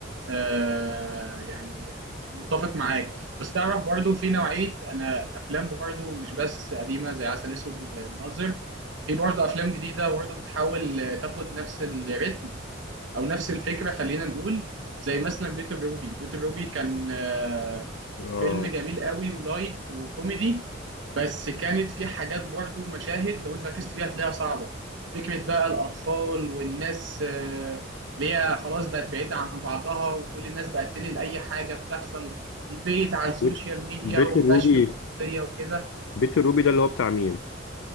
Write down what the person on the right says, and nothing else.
آه يعني متفق معاك بس تعرف برضو في نوعية أنا أفلام برضو مش بس قديمة زي عسل أسود والناظر في برضو أفلام جديدة برضو بتحاول تاخد نفس الريتم او نفس الفكره خلينا نقول زي مثلا بيتر روبي بيتر روبي كان آه،
فيلم جميل قوي ولايت وكوميدي بس كانت فيه حاجات برضو مشاهد لو انت ركزت فيها هتلاقيها صعبه فكره بقى الاطفال والناس آه، اللي هي خلاص بقت بعيده عن بعضها وكل الناس بقت تنقل اي حاجه بتحصل في البيت على السوشيال
ميديا
ومبقاش
فيه خصوصيه وكده